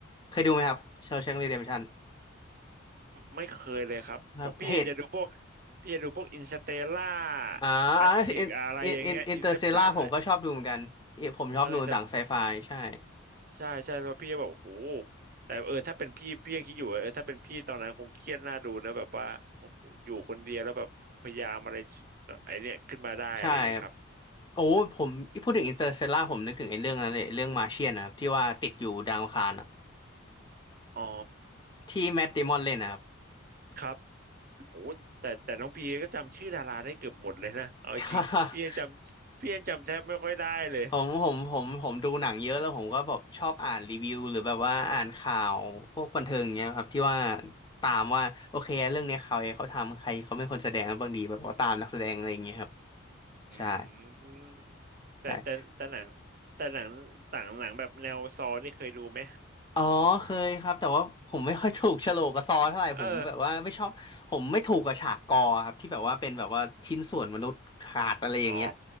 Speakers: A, on the left; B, on the right.
A: เคยดูไหมครับเชว์แชงกรีเดมชัน
B: มไม่เคยเลยครับผมพี่จะดูพวก
A: ครับเหตุ
B: พี่จะดูพวกอินสเตล่า
A: อ่าอาอินอินอินอินเตอร์เซล่าผมก็ชอบดูเหมือนกันเอ่อผมชอบดูหนังไซไฟใช่
B: แมทริกอะไรอย่างเงี้ยอินเซปชั่นเออแต่ ใช่ใช่แล้วพี่ก็แบบโอ้โหแต่เออถ้าเป็นพี่พี่ยังคิดอยู่ว่าเออถ้าเป็นพี่ตอนนั้นคงเครียดน่าดูนะแบบว่าโอ้โหอยู่คนเดียวแล้วแบบพยายามอะไรแบบไอเนี่ยขึ้นมาได้อะไรอย่างเงี้ยครับ
A: ใช่ครับโอ้ผมพูดถึงอินเตอร์เซล่าผมนึกถึงไอ้เรื่องนั้นเลยเรื่องมาเชียนนะครับที่ว่าติดอยู่ดาวอังคารอะ
B: อ๋อ
A: ที่แมท d ดมอนเล่นนะครับ
B: ครับโอ้แต่แต่น้องพีก็จำชื่อดาราได้เกือบหมดเลยนะเอาจริงพี่ยังจำพี่ยังจำแทบไม่ค่อยได้เลย
A: <laughs> ผมผมผมผมดูหนังเยอะแล้วผมก็แบบชอบอ่านรีวิวหรือแบบว่าอ่านข่าวพวกบันเทิงอย่างเงี้ยครับที่ว่าตามว่าโอเคเรื่องเนี้ยเขาเองเขาทำใครเขาเป็นคนแสดงกันบ้างดีแบบว่าตามนักแสดงอะไรอย่างเงี้ยครับ
B: อื
A: ใช่
B: มแต่แต่แต่หนัง
A: ใช่
B: แต่หนังต่างหนังแบบแนวซอนี่เคยดูไหม
A: อ๋อเคยครับแต่ว่าผมไม่ค่อยถูกโฉลกกับซอเท่าไหร่ผมแบบว่าไม่ชอบผมไม่ถูกกับฉากกอครับที่แบบว่าเป็นแบบว่าชิ้นส่วนมนุษย์ขาดอะไรอย่างเงี้ย
B: เออ อ๋อ